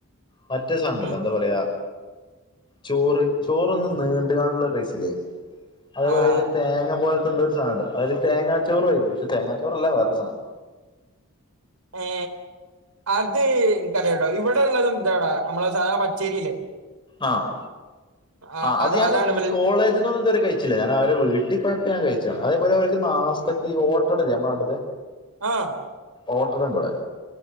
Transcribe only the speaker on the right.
ഉം
ആഹ്
ഏ അത് എനിക്കറിയില്ലാ കേട്ടോ ഇവിടെ ഉള്ളതുംന്താടാ നമ്മളെ സാദാ പച്ചേരില്ലേ
ആഹ്
അതാണ്
ഇബല്
ആഹ്